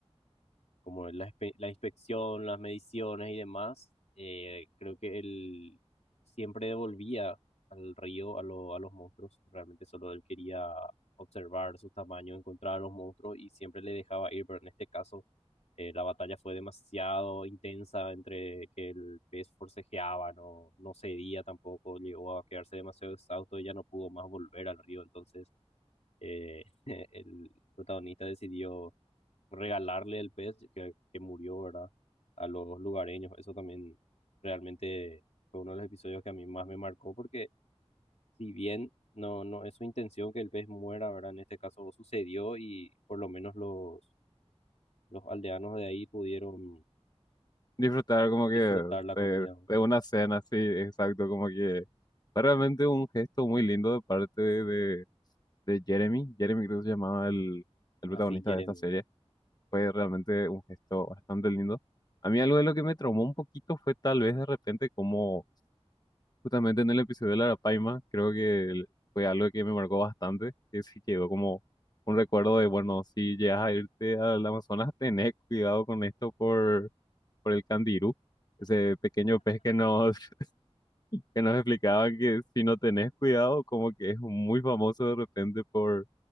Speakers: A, on the left; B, on the left.
A: como la, inspe- la inspección, las mediciones y demás, eh, creo que él siempre devolvía al río a, lo- a los monstruos. Realmente solo él quería observar su tamaño, encontrar a los monstruos y siempre le dejaba ir, pero en este caso eh, la batalla fue demasiado intensa entre que el pez forcejeaba, no, no cedía tampoco, llegó a quedarse demasiado exhausto y ya no pudo más volver al río. Entonces, eh, <laughs> el protagonista decidió regalarle el pez que, que murió, ¿verdad? A los lugareños. Eso también realmente fue uno de los episodios que a mí más me marcó porque si bien no, no es su intención que el pez muera, ¿verdad? En este caso sucedió y por lo menos los, los aldeanos de ahí pudieron
B: Disfrutar como que
A: disfrutar la comida.
B: de,
A: ¿no?
B: de una cena, sí, exacto, como que fue realmente un gesto muy lindo de parte de, de, de Jeremy. Jeremy creo que se llamaba el, el
A: Así,
B: protagonista
A: Jeremy.
B: de esta serie. Fue realmente un gesto bastante lindo. A mí algo de lo que me traumó un poquito fue tal vez de repente como Justamente en el episodio de la Arapaima, creo que el- fue algo que me marcó bastante, que sí quedó como un recuerdo de, bueno, si llegas a irte al Amazonas, tenés cuidado con esto por, por el candirú, ese pequeño pez que nos, <laughs> que nos explicaba que si no tenés cuidado, como que es muy famoso de repente por